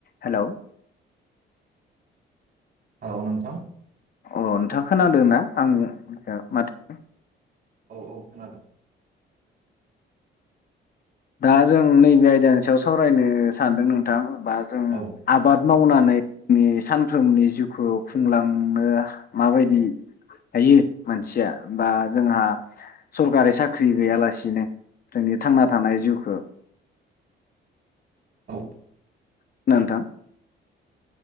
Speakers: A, on the left; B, on the right.
A: हेल'
B: औ नोंथां
A: अ नोंथाङा खोनादो ना? आं ओ माथो
B: औ औ खोनादों।
A: दा जों नैबे आयदानि सायाव सावरायनो सानदों नोंथां बा जों
B: औ
A: आबाद मावनानै जोंनि सानफ्रोमनि जिउखौ खुंलांनो माबायदि हायो मानसिया बा जोंहा सरकारि साख्रि गैयालासिनो जोंनि थांना थानाय जिउखो
B: औ
A: नोंथा